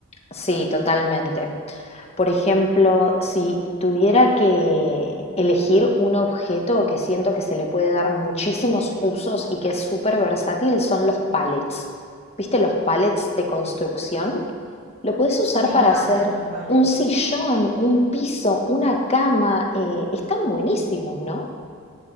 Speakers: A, on the left (about 25°); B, on the right (about 35°).
A: sí, totalmente. Por ejemplo, si tuviera que elegir un objeto que siento que se le puede dar muchísimos usos y que es súper versátil, son los pallets. ¿Viste los pallets de construcción? Lo puedes usar
B: Me
A: para
B: encantan
A: hacer
B: los palets.
A: un sillón, un piso, una cama. eh, están buenísimos, ¿no?